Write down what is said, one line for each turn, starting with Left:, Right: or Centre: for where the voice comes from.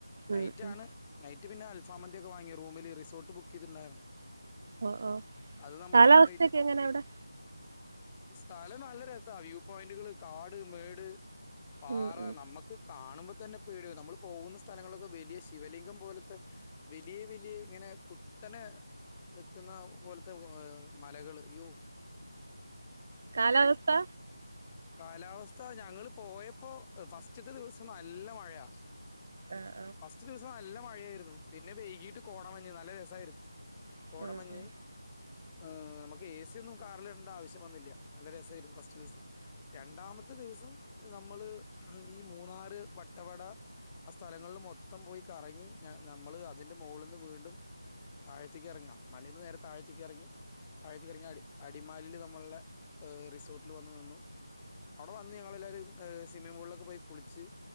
Left: നൈറ്റ്
Right: ഉം ഉം
Left: ആണ് നൈറ്റ് പിന്നെ അൽഫാമന്തിയ ഒക്കെ വാങ്ങിയ റൂമിൽ റിസോർട്ട് ബുക്ക് ചെയ്തിട്ടുണ്ടായിരുന്നു
Right: ഓ ഓ
Left: അത് നമ്മള്
Right: കാലാവസ്ഥയക്കെ
Left: സെപ്പറേറ്റ്
Right: എങ്ങനാ അവിടെ?
Left: സ്ഥലം നല്ല രസാ വ്യൂ പോയിന്റുകള് കാട് മേട് പാറ
Right: ഉം ഉം
Left: നമ്മുക്ക് കാണുമ്പം തന്നെ പേടിയാവും നമ്മൾ പോകുന്ന സ്ഥലങ്ങളിലൊക്കെ വലിയ ശിവലിംഗം പോലത്തെ വലിയ വലിയ ഇങ്ങനെ കു തന്നെ നിക്ക്ന്ന പോലത്തെ വ് മലകള് യ്യോ
Right: കാലാവസ്ഥ?
Left: കാലാവസ്ഥ ഞങ്ങള്ൾ പോയപ്പോ ഫസ്റ്റത്തെ ദിവസം നല്ല മഴയാ
Right: ആഹ്
Left: ഫസ്റ്റ് ദിവസം നല്ല മഴയായിരുന്നു പിന്നെ വൈകിട്ട് കോടമഞ്ഞു നല്ല രസിയിരുന്നു
Right: ആഹ്
Left: കോടമഞ്ഞി
Right: ആഹ്
Left: ഏ നമുക്ക് എ സിയൊന്നും കാറിൽ ഇടേണ്ട ആവശ്യം വന്നില്ല നല്ല രസമായിരുന്നു ഫസ്റ്റ് ദിവസം രണ്ടാമത്തെ ദിവസം നമ്മള് ഈ മൂന്നാറ് വട്ടവട ആ സ്ഥലങ്ങളിൽ മൊത്തം പോയി കറങ്ങി ഞാ ഞാ നമ്മള് അതിന്റെ മോള്ന്ന് വീണ്ടും താഴത്തേക്ക് എറങ്ങാ മലയിൽന്ന് നേരെ താഴത്തേക്കെറങ്ങി താഴത്തേക്കെറങ്ങി അടി അടിമാലിൽ നമ്മളുള്ള റിസോട്ടിൽ വന്നു നിന്നു അവിടെ വന്ന് ഞങ്ങളെല്ലാരും സിമ്മിം പൂളിലൊക്കെ പോയി കുളിച്ച്